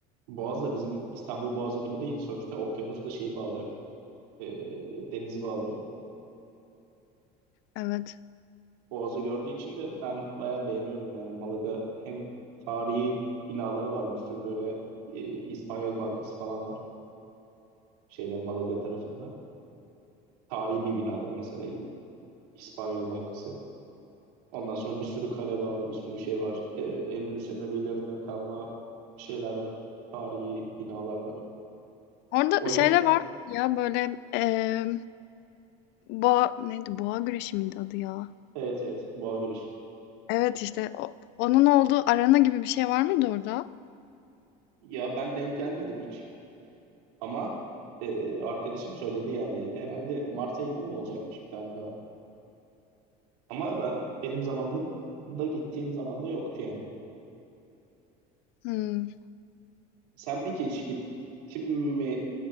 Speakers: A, on the right; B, on the left.
A: Boğaz da bizim İstanbul Boğazı gibi değil. Sonuçta okyanusla şeyi bağlıyor. E, denizi bağlıyor.
B: Evet.
A: Boğaz'ı gördüğü için de ben bayağı beğeniyorum yani. Malaga hem tarihi binaları var bir sürü böyle e, İspanyol Bankası falan var. Şeyde Malaga tarafında. Tarihi bir binadır mesela İspanyol Bankası. Ondan sonra bir sürü kale var, bir sürü şey var. Ee, Endülüs Emevilerinden kalma şeyler var. Tarihi binalar var.
B: Orada
A: Oyun
B: şeyler var ya böyle eee boğa neydi? Boğa güreşi miydi adı ya?
A: evet evet boğa güreşi.
B: Evet işte o- onun olduğu arena gibi bir şey var mıydı orada?
A: Ya ben denk gelmedim hiç ama e, arkadaşım söyledi yani herhalde Mart ayında mı olacakmış bir tane daha. Ama ben benim zamanımda da gittiğim zamanda yoktu yani.
B: Hmm.
A: Sen peki hiç gittin mi